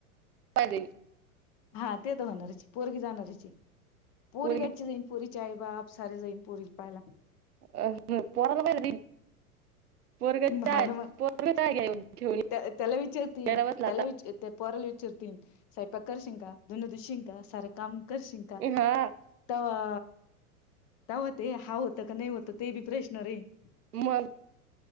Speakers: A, on the right; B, on the left.
A: पाईल जाय.
B: हा ते तर होणारची, पोरीगी जाणारची हाय. पोरीकटची
A: पोरगी
B: जाईन पोरीचे आई बाप सारे जाईन पोरी ल पायला.
A: अ ह पोराला <unintelligible>
B: <inaudible>
A: पोरग
B: भावना
A: चाय
B: मग,
A: पोरग चाय घ्या घेऊन
B: त्या त्याला विचारती
A: यायला बसला
B: त्याला
A: आता
B: विच <unintelligible> पोराल विचरतेन सयपाक करशिन का धुंन दुशिल का सारकाम करशील का
A: हा
B: तवा तवा ते हा होतं का नाही होतं ते बी प्रश्न राहीन.
A: मग.